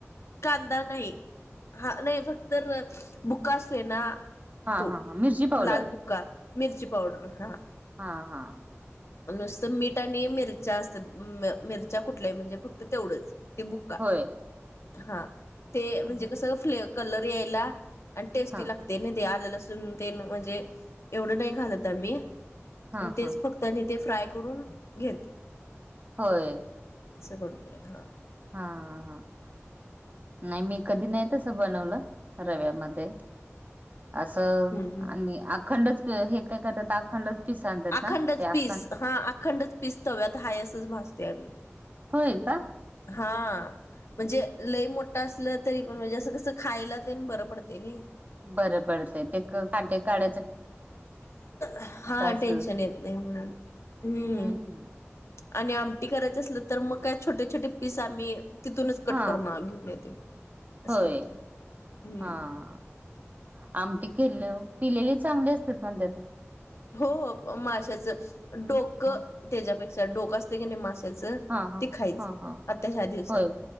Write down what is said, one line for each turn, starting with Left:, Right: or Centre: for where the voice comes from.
Left: कांदा नाही, हा नाही, फक्त बुका असतोय ना-
Right: हा
Left: तो
Right: हा. हा मिरची पावडर
Left: लाल बुक्का, मिर्ची पावडर, हा.
Right: हा हा.
Left: नुसतं मीठ आणि मिरच्या असतात, मिरच्या कुठल्या म्हणजे फक्त तेवढंच बुक्का,
Right: होय
Left: हा. ते म्हणजे
Right: हा
Left: कस ले कलर यायला, आणि टेस्टी
Right: हा
Left: लाग ते नाही ते आलेलं असून तेन, म्हणजे एवढं नाही घालत आम्ही,
Right: हा
Left: तेच
Right: हा
Left: फक्त त्यांनी ते फ्राय करून घेत
Right: होय.
Left: असं करतोय, हा.
Right: हा हा हा. नाही मी, कधी नाही तस बनवलं, रव्यामध्ये. असं,
Left: हम्म
Right: आणि अखंडच हे काय करतात, अखंडच पिस आणतात
Left: अखंडच
Right: ना ते अखंड
Left: पीस, हा, अखंडच पीस, तव्यात हाय असच भासतोय आम्ही.
Right: होय का?
Left: हा, म्हणजे लय मोठा असलं तरी पण, म्हणजे असं कस खायला तेण बरं पडतय नाही.
Right: बर पडतंय, ते ते काटे काढा
Left: हा,
Right: असल
Left: टेन्शन येत नाही, हम्म.
Right: हम्म
Left: आणि आमटी करायच असलं तर मग, काय छोटे छोटे पीस आम्ही तिथूनच कटकरून
Right: हा
Left: घेऊन येतोय. असं
Right: होय,
Left: करतोय हम्म
Right: हा. आमटी केलो. पिलेले चांगले असतात म्हणत्यात.
Left: हो हो माशाच डोक
Right: हा
Left: त्याच्यापेक्षा डोक असते की नाही मा त्याच,
Right: हा
Left: ते खायचं
Right: हा हा
Left: आता ह्या दिवसात
Right: होय